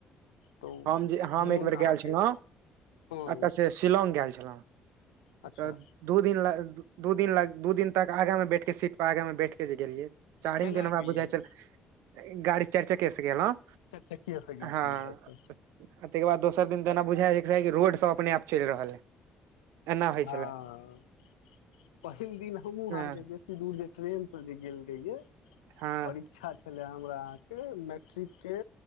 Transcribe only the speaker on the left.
तऽ
मोन
अहाँके
हँ
अच्छा
केना
गेलियै
चारि चक्किये से गेल
छलियै अच्छा
हँ
पहिल दिन हमूँ
अहाँके बेसी दूर जे ट्रेनसँ जे गेल रहियै
परीक्षा छलै हमरा अहाँके मैट्रिकके